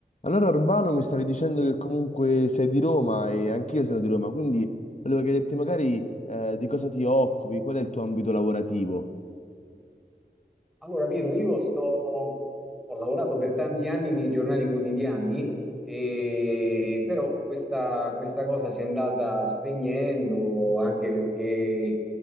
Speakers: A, on the left (about 45°); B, in the centre.
A: Allora, Urbano, mi stavi dicendo che comunque sei di Roma e anch'io sono di Roma, quindi volevo chiederti magari eh, di cosa ti occupi, qual è il tuo ambito lavorativo,
B: Allora, Pietro, io sto, ho lavorato per tanti anni nei giornali quotidiani, e, però questa, questa cosa si è andata spegnendo anche perché